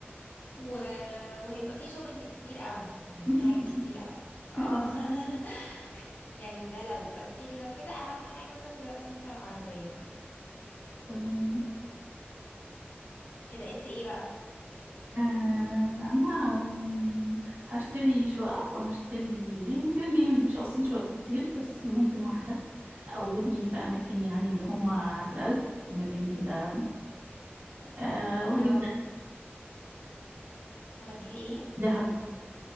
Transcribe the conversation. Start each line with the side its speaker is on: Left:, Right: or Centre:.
Left: و... وهيبقى فيه شوبينج كتير قوي يعني
Right: <laughs>
Left: في حاجات كتير قوي اه
Right: آه،
Left: <laughs> يعني ده لو بس يعني لو كده اهم حاجة مثلا دلوقتي ممكن العربية
Right: تمام
Left: كده انت ايه بقى
Right: آه أنا آم، هشتري شقق وهشتري يعني مليون جنيه ما تجيبش أصلا شقق كتير بس ممكن واحدة او اتنين في اماكن يعني اللي هم على القد اماكن كده أه وهجيب
Left: اه
Right: ده-
Left: وهتجيبي ايه
Right: دهب